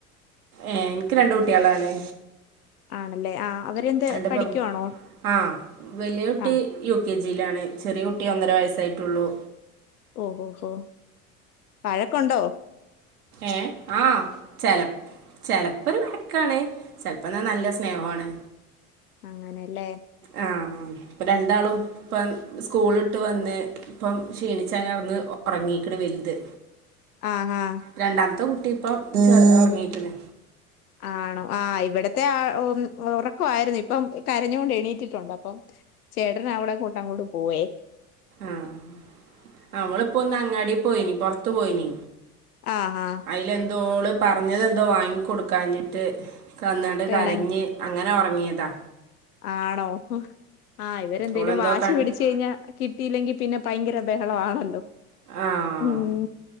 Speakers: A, on the right; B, on the left.
A: ഏഹ് ഇൻക്ക് രണ്ട് കുട്ടികളാണ്
B: ആണ് അല്ലേ ആഹ് അവരെന്ത്
A: രണ്ട്
B: പഠിക്കുവാണോ
A: പെൺ ആഹ് വലിയ കുട്ടി
B: ആഹ്
A: യു കെ ജി യിലാണ് ചെറിയ കുട്ടി ഒന്നര വയസ്സ് ആയിട്ടുള്ളൂ
B: ഓഹോ ഹോ വഴക്ക് ഉണ്ടോ
A: ഏഹ് ആഹ് ചെല ചിലപ്പോ ഒരു വഴക്കാണ് ചിലപ്പം എന്നാ നല്ല സ്നേഹും ആണ്
B: അങ്ങനെ അല്ലേ
A: ആഹ് ഇപ്പ രണ്ട് ആളും ഇപ്പം സ്കൂള് വിട്ട് വന്ന് ഇപ്പം ക്ഷീണിച്ചങ്ങനെ കെടന്ന് ഒറങ്ങീക്ക്ണ് വലുത്
B: ആഹ് ആഹ്
A: രണ്ടാമത്തെ കുട്ടി ഇപ്പം കിടന്ന് ഉറങ്ങിക്ക്ണ്
B: ആണോ ആഹ് ഇവിടത്തെ ആ ഓന് ഉറക്കായിരുന്നു ഇപ്പം കരഞ്ഞു കൊണ്ട് എണീറ്റിട്ടുണ്ട് അപ്പം ചേട്ടന് അവളേ കൊണ്ട് അങ്ങോട്ട് പോയേ
A: ആഹ് അവള് ഇപ്പ ഒന്ന് അങ്ങാടി പോയിനി പുറത്തു പോയിനി
B: ആഹ് ആഹ്
A: അതിലെന്തോ ഓള് പറഞ്ഞത് എന്തോ വാങ്ങി കൊടുക്കാഞ്ഞിട്ട് കെടന്നാണ്ട്
B: പിണങ്ങി
A: കരഞ്ഞ് അങ്ങനെ ഉറങ്ങിയതാ
B: ആണോ ആഹ് ഇവര് എന്തേലും
A: ഓളെന്തോ
B: വാശി
A: കണ്ടിട്ട്
B: പിടിച്ച് കഴിഞ്ഞാ കിട്ടിയില്ലെങ്കിൽ പിന്നെ ഭയങ്കര ബഹളം ആണല്ലോ
A: ആഹ്
B: ഉം